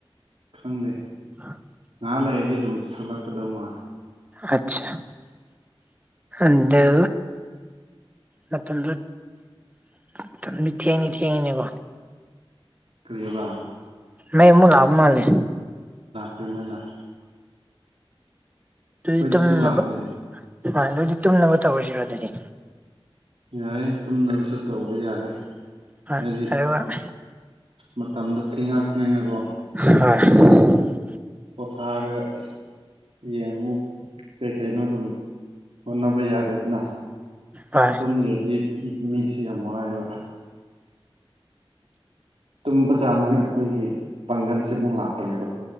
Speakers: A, on the right; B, on the right.
A: ꯈꯪꯗꯦ
B: INAUDIBLE
A: ꯑꯥ ꯂꯩꯔꯗꯤ ꯑꯗꯨꯝ ꯁꯛꯂꯛꯀꯗꯧ ꯃꯥꯜꯂꯦ
B: ꯑꯥꯆꯁꯥ ꯑꯗꯨ ꯃꯇꯝꯗꯨ-ꯃꯇꯝꯗꯤ ꯊꯦꯡꯗꯤ- ꯊꯦꯡꯉꯦꯅꯦꯕ ꯀꯣ
A: ꯀ꯭ꯔꯤꯕꯥ
B: ꯃꯩꯃꯨꯛ ꯂꯥꯛꯑ ꯃꯥꯜꯂꯦ
A: UNINTELLIGIBLE ꯑꯩꯈꯣꯏꯗꯁꯨ
B: INAUDIBLE
A: ꯂꯥꯛꯂꯦ
B: ꯍꯣꯏ ꯑꯗꯨꯗꯤ ꯇꯨꯝꯅꯕ ꯇꯧꯔꯖꯤꯔꯣ ꯑꯗꯨꯗꯤ
A: ꯌꯥꯏꯌꯦ ꯇꯨꯝꯅꯕꯁꯨ ꯇꯧꯕ ꯌꯥꯔꯦ
B: UNINTELLIGIBLE
A: ꯍꯥꯏꯗꯤ ꯃꯇꯝꯗꯣ ꯊꯦꯡꯉꯛꯄꯅꯤꯅꯀꯣ
B: INAUDIBLE
A: ꯄꯣꯊꯥꯔꯒ ꯍꯌꯦꯡ ꯑꯃꯨꯛ ꯀꯩ- ꯀꯩꯅꯣ ꯑꯗꯨꯝ ꯍꯣꯠꯅꯕ ꯌꯥꯔꯦꯗꯅ
B: ꯍꯣꯏ
A: ꯇꯨꯝꯗ꯭ꯔꯥꯗꯤ ꯃꯤꯠ ꯃꯤꯠꯁꯦ ꯌꯥꯝ ꯋꯥꯏꯑꯦꯕ ꯇꯨꯝꯕ ꯀꯥꯟꯗꯅ ꯑꯩꯈꯣꯏꯒꯤ ꯄꯥꯡꯒꯜꯁꯦ ꯑꯃꯨꯛ ꯂꯥꯛꯄꯅꯦꯕ